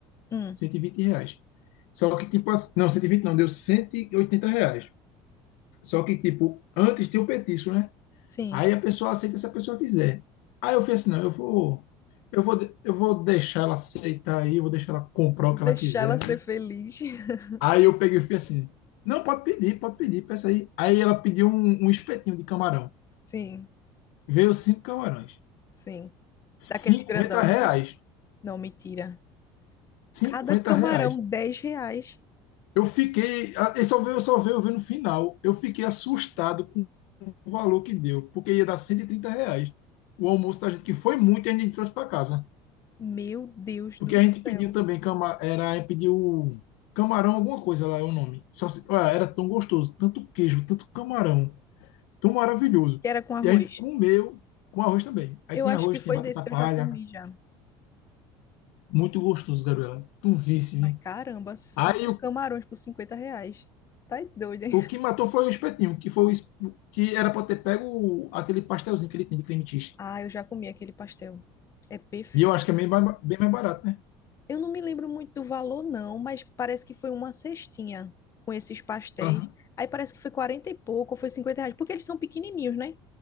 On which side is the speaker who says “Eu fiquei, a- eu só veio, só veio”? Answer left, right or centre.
Left